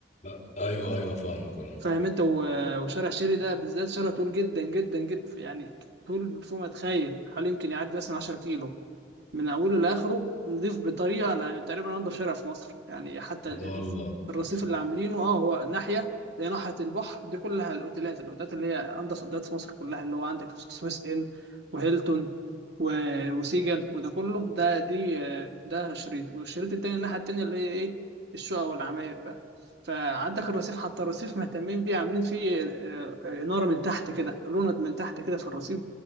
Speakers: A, on the left (about 40°); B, on the right (about 75°).
A: أ- ايوه ايوه فاهمك اه
B: فاهم أنت و- وشارع شيري ده بالذات شارع طول جدا جدا جدا يعني طول فوق ما تخيل حوالي يمكن يعدي مثلا 10 كيلو من اوله لاخره نضيف بطريقه انا تقريبا انا شارع في مصر يعني حتى
A: ده والله
B: الرصيف اللي عاملينه اه هو ناحيه زي ناحيه البحر دي كلها الاوتيلات الاوتيلات اللي هي انضف اوتيلات في مصر كلها اللي هو عندك سويس ان وهيلتون و- وسيجل وده كله ده دي ده شريط والشريط التاني الناحيه التانيه اللي هي ايه الشقق والعماير بقى فعندك الرصيف حتى الرصيف مهتمين بيه عاملين فيه آه، آه، إنارة من تحت كده لوند من تحت كده في الرصيف